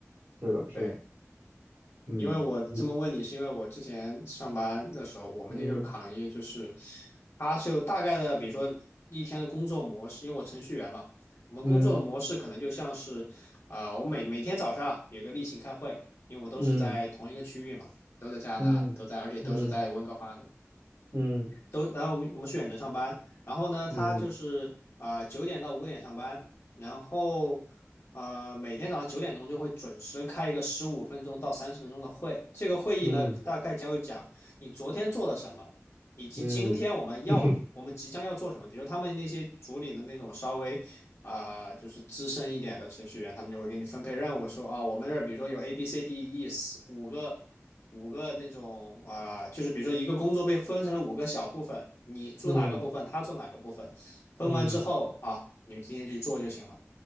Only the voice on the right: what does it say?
是的，是的，
嗯，
你
嗯
嗯
嗯
嗯嗯
嗯
嗯
嗯
嗯，哼哼，
嗯
<laughs> 嗯，